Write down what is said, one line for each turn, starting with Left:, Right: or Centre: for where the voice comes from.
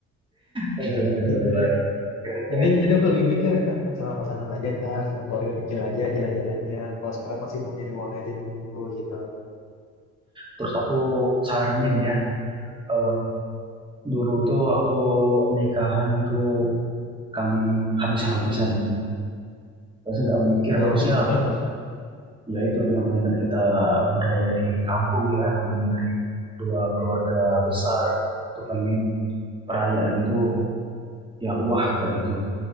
Right: Bener bener bener
Left: gitu
Right: banget.
Left: ya.
Right: Keren keren.
Left: Jadi, jadi aku lebih mikir ah, sama pasangan aja ntar, sama keluarga kecil aja jalan-jalannya. Kalau sekarang masih sibuk nyari uang aja dulu gitu.
Right: Terus aku saranin ya, eee dulu tuh waktu nikahan itu kami habis-habisan terus nggak mikir
Left: Habis-habisan
Right: harusnya
Left: banget mas.
Right: ya itu yang namanya kan kita budaya di kampung ya namanya dari dua keluarga besar tuh pengen perayaan itu ya wah kayak gitu